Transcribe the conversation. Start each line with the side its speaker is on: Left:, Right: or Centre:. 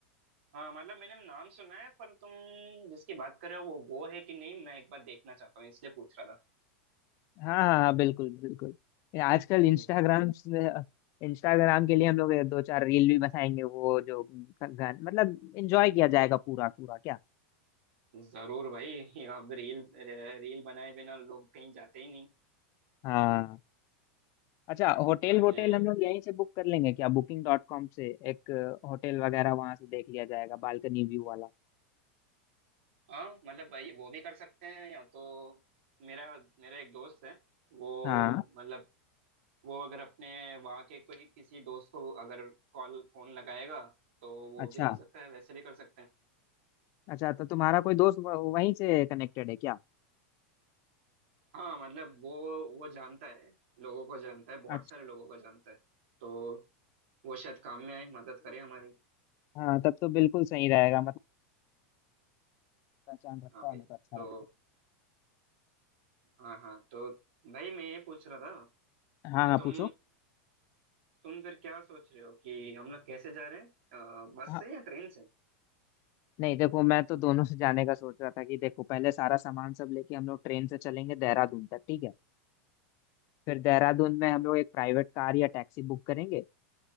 Right: हाँ मतलब मैंने नाम सुना है पर तुम जिसकी बात कर रहे हो वो वो है कि नहीं मैं एक बार देखना चाहता हूँ इसलिए पूछ रहा था
Left: हाँ हाँ हाँ बिल्कुल बिल्कुल ये आजकल इंस्टाग्राम
Right: हम्म,
Left: से इंस्टाग्राम के लिए हम लोग ये दो चार रील भी बनाएंगे वो जो गाने मतलब एंजॉय किया जाएगा पूरा पूरा क्या
Right: जरूर भाई <laughs> अब रील रील बनाए बिना लोग कहीं जाते ही नहीं
Left: हाँ अच्छा होटल
Right: अरे
Left: वोटेल हम लोग यहीं से बुक कर लेंगे क्या बुकिंग डॉट कॉम से एक होटल वगैरह वहां से देख लिया जाएगा बालकनी व्यू वाला
Right: हाँ मतलब भाई वो भी कर सकते हैं या तो मेरा मेरा एक दोस्त है वो
Left: हाँ
Right: मतलब वो अगर अपने वहाँ के कोई किसी दोस्त को अगर कॉल फोन लगाएगा तो वो
Left: अच्छा
Right: भी हो सकता है वैसे भी कर सकते हैं
Left: अच्छा तो तुम्हारा कोई दोस्त वह- वहीं से कनेक्टेड है क्या
Right: हाँ मतलब वो वो जानता है लोगों को जानता है बहुत
Left: अच्छा
Right: सारे लोगों को जानता है तो वो शायद काम में आए मदद करे हमारी
Left: हाँ तब तो बिल्कुल सही रहेगा मतलब पहचान रखता
Right: हाँ भाई
Left: होने तो अच्छा
Right: तो
Left: रहता
Right: हाँ हाँ तो भाई मैं ये पूछ रहा था
Left: है हाँ
Right: कि
Left: हाँ
Right: तुम
Left: पूछो
Right: तुम फिर क्या सोच रहे हो कि हम लोग कैसे जा रहे हैं अ, बस
Left: हाँ
Right: से या ट्रेन से
Left: नहीं देखो मैं तो दोनों से जाने का सोच रहा था कि देखो पहले सारा सामान सब लेके हम लोग ट्रेन से चलेंगे देहरादून तक ठीक है फिर देहरादून में हम लोग एक प्राइवेट कार या टैक्सी बुक करेंगे